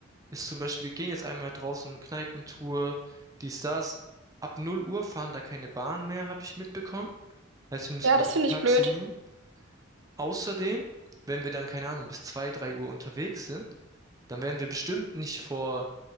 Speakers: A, on the right (about 15°); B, on the right (about 65°).
A: ist zum Beispiel, wir gehen jetzt einmal draußen, eine Kneipentour, dies, das. Ab 0 Uhr fahren da keine Bahn mehr, habe ich mitbekommen. Heißt, wir müssten
B: Ja, das
A: dann
B: finde
A: ein Taxi
B: ich blöd.
A: nehmen. Außerdem, wenn wir dann, keine Ahnung, bis 2, 3 Uhr unterwegs sind, dann werden wir bestimmt nicht vor